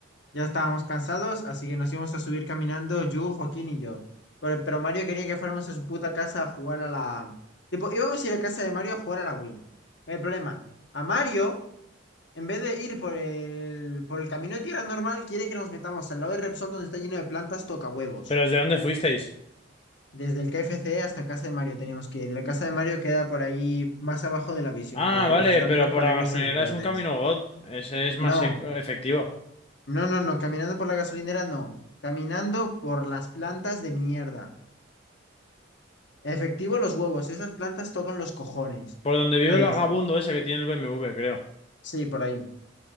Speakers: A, on the left; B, on the left.
A: ya estábamos cansados, así que nos íbamos a subir caminando, Yu, Joaquín y yo. Pero, pero Mario quería que fuéramos a su puta casa a jugar a la... Tipo, íbamos a ir a casa de Mario a jugar a la Wii. El problema, a Mario... En vez de ir por el, por el camino de tierra normal, quiere que nos metamos al lado de Repsol donde está lleno de plantas toca huevos.
B: ¿Pero desde dónde fuisteis?
A: Desde el KFC hasta casa de Mario tenemos que ir. La casa de Mario queda por ahí más abajo de la visión,
B: Ah,
A: como por
B: vale,
A: donde están
B: pero
A: los
B: por
A: paneles
B: la gasolinera
A: esos verdes.
B: es un camino God, Ese es más
A: No,
B: e- efectivo.
A: no, no, no. Caminando por la gasolinera, no. Caminando por las plantas de mierda. Efectivo, los huevos. Esas plantas tocan los cojones.
B: Por donde vive
A: Entonces,
B: el vagabundo ese que tiene el BMW, creo.
A: sí, por ahí.